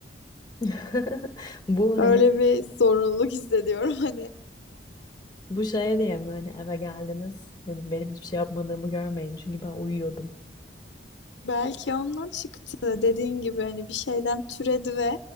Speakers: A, on the left; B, on the left.
A: <laughs> Bu
B: Öyle
A: hani
B: bir zorunluluk hissediyorum <laughs> hani.
A: bu şeye diye mi hani eve geldiniz? Hani benim hiçbir şey yapmadığımı görmeyin çünkü ben uyuyordum.
B: Belki ondan çıktı dediğin gibi hani bir şeyden türedi ve